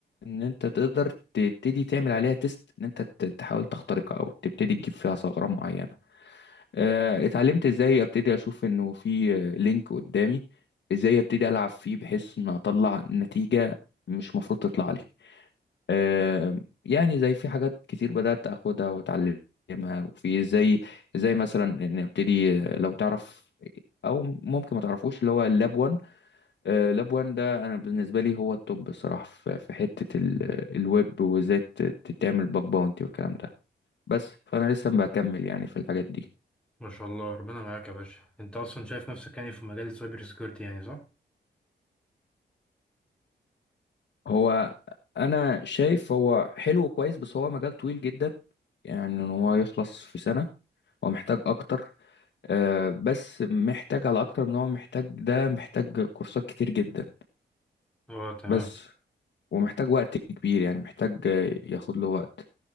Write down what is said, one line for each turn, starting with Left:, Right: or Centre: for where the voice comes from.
Left: ان انت تقدر تبتدي تعمل عليها تيست ان انت ت- تحاول تخترقها او تبتدي تجيب فيها ثغرة معينة آه، اتعلمت ازاي ابتدي اشوف انه في آه، لينك قدامي ازاي ابتدي العب فيه بحيث ان اطلع نتيجة مش مفروض تطلع لي آم، يعني زي في حاجات كتير بدأت أخدها وأتعلمها وفي زي زي مثلا إن أبتدي آه، لو تعرف أو ممكن ما تعرفوش اللي هو اللاب 1 آه، لاب 1 ده أنا بالنسبة لي هو التوب بصراحة في في حتة ال- الويب وإزاي ت- ت- تعمل باك باونتي والكلام ده بس فأنا لسه بكمل يعني في الحاجات دي
Centre: ما شاء الله ربنا معاك يا باشا انت اصلا شايف نفسك يعني في مجال السايبر سيكيورتي يعني صح
Left: هو أنا شايف هو حلو وكويس بس هو مجال طويل جدا يعني إن هو يخلص في سنة هو محتاج أكتر آه، بس محتاج على اكتر من هو محتاج ده محتاج كورسات كتير جدا
Centre: اه تمام
Left: بس ومحتاج وقت كبير يعني محتاج آه، ياخد له وقت